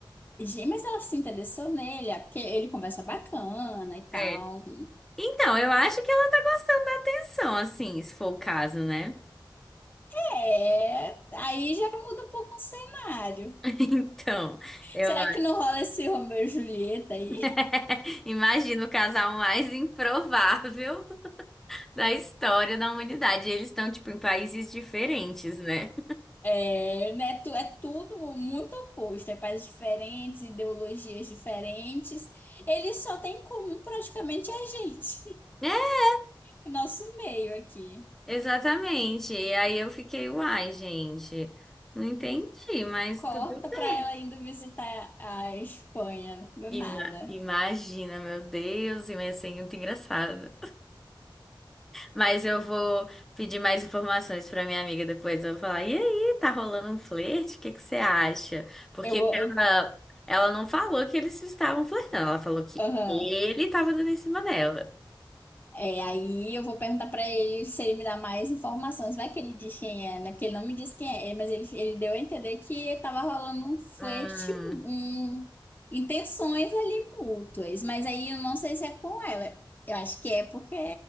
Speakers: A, on the left; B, in the centre.
A: Gente, mas ela se interessou nele, é porque ele conversa bacana e tal.
B: É. Então, eu acho que ela tá gostando da atenção, assim, se for o caso, né?
A: É, aí já muda um pouco o cenário.
B: <laughs> Então, eu
A: Será que não rola esse Romeu e Julieta aí?
B: <laughs> imagino o casal mais improvável da história da humanidade. Eles estão, tipo, em países diferentes, né?
A: É, né, tu, é tudo muito oposto, é pais diferentes, ideologias diferentes. Eles só têm em comum praticamente a gente,
B: É,
A: <laughs> nosso meio aqui.
B: Exatamente. E aí eu fiquei, uai, gente, não entendi, mas
A: Corta
B: tudo bem.
A: pra ela indo visitar a Espanha, do
B: Ima-
A: nada.
B: imagina, meu Deus, ia ser muito engraçado. Mas eu vou pedir mais informações pra minha amiga depois. Eu vou falar: e aí, tá rolando um flerte? O que que você acha? Porque
A: Eu vou. eu-
B: ela, ela não falou que eles estavam flertando, ela falou que
A: aham.
B: ele tava dando em cima dela.
A: É, aí eu vou perguntar pra ele se ele me dá mais informações. Vai que ele diz quem é, né? Porque ele não me disse quem é, mas ele, ele deu a entender que tava rolando um flerte,
B: Hum,
A: um, intenções ali mútuas. Mas aí eu não sei se é com ela. Eu acho que é porque